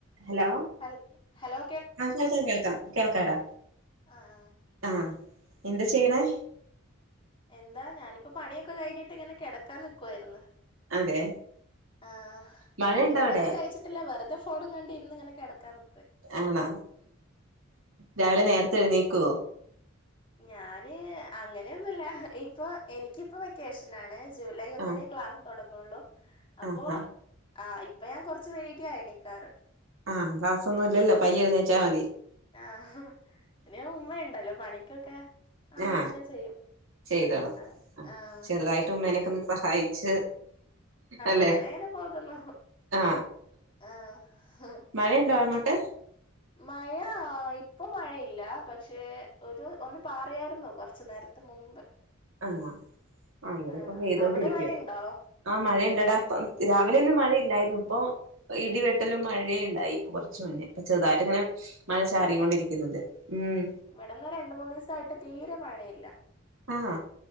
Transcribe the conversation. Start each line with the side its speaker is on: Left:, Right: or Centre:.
Right: Hello
Left: ഹൽ hello
Right: ആ കേൾക്കാം കേൾക്കാം കേൾക്കാടാ
Left: ആ ആ
Right: ആ എന്താ ചെയ്യണേ
Left: എന്താ ഞാനിപ്പോ പണിയൊക്കെ കഴിഞ്ഞിട്ട് ഇങ്ങനെ കിടക്കാൻ നിക്കുവായിരുന്നു
Right: അതെ
Left: ആ
Right: മഴയുണ്ടോ
Left: ഫുഡൊന്നും
Right: അവിടെ
Left: കഴിച്ചിട്ടില്ല വെറുതെ ഫോ ഫോണും കണ്ടിരുന്ന് ഇങ്ങനെ കിടക്കാന്ന്
Right: ആണാ രാവിലെ നേരത്തെ എഴുന്നേക്കുവോ
Left: ഞാന് അങ്ങനെയൊന്നുവില്ല ഇപ്പൊ എനിക്കിപ്പൊ വെക്കേഷനാണ് ജൂലൈ ഒന്നിനേ
Right: ആ
Left: ക്ലാസ് തുടങ്ങുള്ളൂ അപ്പൊ
Right: ആ ആ
Left: ആ ഇപ്പൊ ഞാൻ കുറച്ച് വൈകിയ എണിക്കാറ്
Right: ആഹ് ക്ലാസ്സൊന്നും ഇല്ലല്ലോ പയ്യെ എഴുന്നേച്ചാ മതി
Left: ആഹ് പിന്നെ ഉമ്മയുണ്ടല്ലോ പണിക്കൊക്കെ അവരെന്നെ
Right: ആ
Left: ചെയ്യും
Right: ചെയ്തോളും
Left: അങ്ങ
Right: ആ
Left: ആഹ്
Right: ചെറുതായിട്ട് ഉമ്മേനെ ഒന്ന് സഹായിച്ച് അല്ലെ
Left: അങ്ങനെ അങ്ങനെ പോകുന്നു
Right: ആ
Left: ആഹ്
Right: മഴണ്ടോ അങ്ങോ ട്ട്
Left: മഴ ഇപ്പൊ മഴയില്ല പക്ഷെ ഒരു ഒന്ന് പാറിയായിരുന്ന് കൊറച്ചു നേരത്തെ മുമ്പ്
Right: ആണോ ആ ഇവിടെ
Left: ആഹ്
Right: ഇപ്പൊ പെയ്തോണ്ട്
Left: അവിടെ
Right: ഇരിക്കുവ
Left: മഴയുണ്ടോ
Right: ആ മഴയ ഇണ്ടടാ രാവിലെ ഒന്നും മഴ ഇല്ലായിരുന്നു ഇപ്പൊ ഇടിവെട്ടലും മഴയുണ്ടായി ഇപ്പൊ കൊറച്ചുമുന്നേ ഇപ്പൊ ചെറുതായിട്ട് ഇങ്ങനെ മഴ ചാറികൊണ്ടിരിക്കുന്നുണ്ട്
Left: ഏഹ്
Right: ഉം
Left: ഇവിടെന്ന് രണ്ട് മൂന്ന് ദിവസായിട്ട് തീരെ മഴയില്ല
Right: ആഹ്